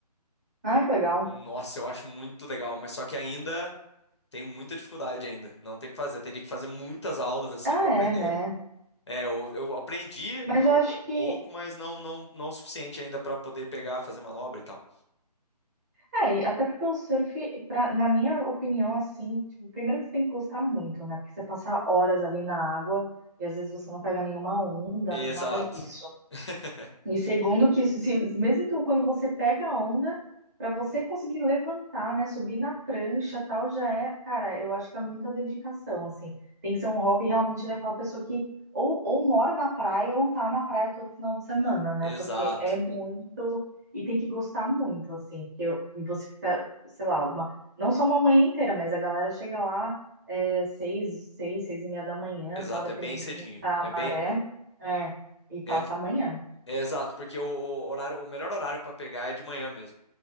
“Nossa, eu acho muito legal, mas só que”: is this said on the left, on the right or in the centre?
Left